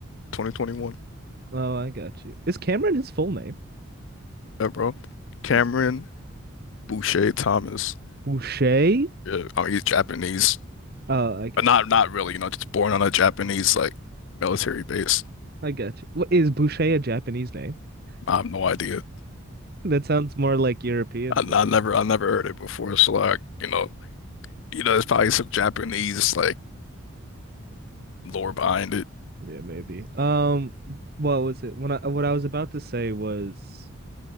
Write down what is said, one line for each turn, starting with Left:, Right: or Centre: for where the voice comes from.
Left: 2021,
Right: Oh, I got you. Is Cameron his full name?
Left: yeah, bro. Cameron.
Right: That's funny.
Left: Boucher Thomas.
Right: Boucher?
Left: Yeah, I mean he's Japanese.
Right: Oh, I got
Left: Uh, Not not really, you know, just born on a Japanese like military base.
Right: I got you. What is Boucher a Japanese name? <laughs>
Left: I have no idea.
Right: That sounds more like European
Left: I,
Right: to me.
Left: I never I never heard it before. So like, you know, you know, there's probably some Japanese like lore behind it.
Right: Yeah, maybe. Um, what was it? When I what I was about to say was,